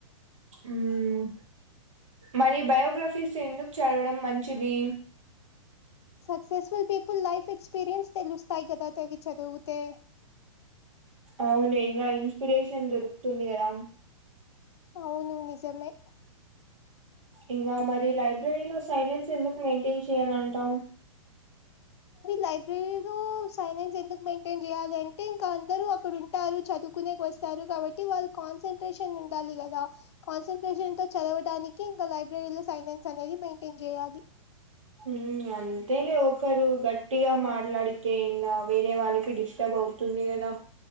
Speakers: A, on the right; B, on the left.
A: ఉమ్ మరి బయోగ్రఫీస్ ఎందుకు చడవడం మంచిది?
B: సక్సెస్ఫుల్ పీపుల్ లైఫ్ ఎక్స్పీరియన్స్ తెలుస్తాయి కదా తవి చదువుతే.
A: అవును ఇంగా ఇన్స్పిరేషన్ దొరుకుతుంది కదా.
B: అవును నిజమే.
A: ఇంకా మరి లైబ్రరీ లో సైలెన్స్ ఎందుకు మెయింటైన్ చేయ్యాలంటాం?
B: లైబ్రరీ లో సైలెన్స్ ఎందుకు మెయింటైన్ చేయాలి అంటే, ఇంకా అందరు అక్కడ ఉంటారు చదువుకునే వస్ తారు కాబట్టి వాళ్ళు కాన్సన్ట్రేషన్ ఉండాలి కదా, కాన్సన్ట్రేషన్ అంతా చదవడానికి ఇంకా లైబ్రరీ లో సైలెన్స్ అనేది మెయింటెన్ చేయాలి.
A: ఉమ్ అంతేలే ఒకరు గట్టిగా మాట్లాడితే, ఇంగ వేరే వాళ్ళకి డిస్టర్బ్ అవు తుంది కదా.